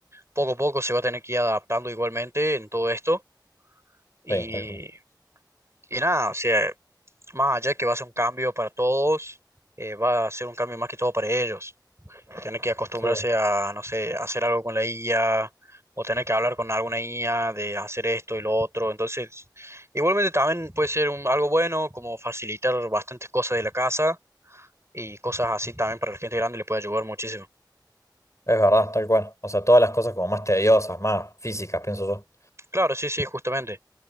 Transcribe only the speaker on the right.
poco a poco se va a tener que ir adaptando igualmente en todo esto. Y,
y nada, o sea, más allá de que va a ser un cambio para todos, eh, va a ser un cambio más que todo para ellos. Tener que acostumbrarse
a, no sé, hacer algo con la IA o tener que hablar con alguna IA de hacer esto y lo otro. Entonces, igualmente también puede ser un, algo bueno como facilitar bastantes cosas de la casa y cosas así también para la gente grande le puede ayudar muchísimo.
Claro, sí, sí, justamente.